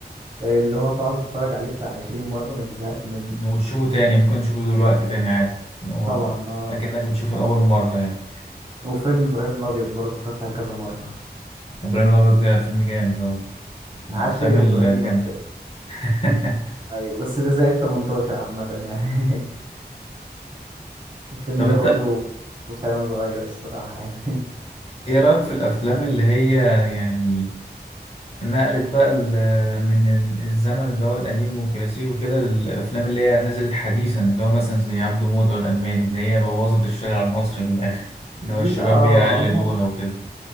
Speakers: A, on the right; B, on the left.
A: اللي هو تقعد تتفرج عليه بتاع 20 مرة ما تزهقش منه
B: وتشوفه تاني ممكن تشوفه دلوقتي تاني عادي اللي هو
A: طبعا اه
B: أكنك بتشوفه
A: طبعا
B: لأول مرة يعني
A: وفيلم ابراهيم الابيض برضه اتفرجت عليه كذا مرة
B: إبراهيم الأبيض ده فيلم جامد آه، من
A: عشري
B: الأفلام
A: وابراهيم
B: ال- الجامدة
A: الابيض
B: <laughs>
A: ايوه بس ده زائد 18 عامة يعني <laughs> الفيلم
B: طب
A: ده
B: أنت
A: برضو مش عيل صغير الصراحة يعني
B: إيه رأيك في الأفلام اللي هي يعني نقلب بقى ال- من الزمن اللي هو القديم والكلاسيكي وكده للأفلام اللي هي نزلت حديثا اللي هو مثلا زي عبده موتة والألماني اللي هي بوظت الشارع المصري من الآخر
A: <laughs>
B: اللي هو
A: دي
B: الشباب
A: بقى اه
B: بيقلدوها
A: هنا
B: وكده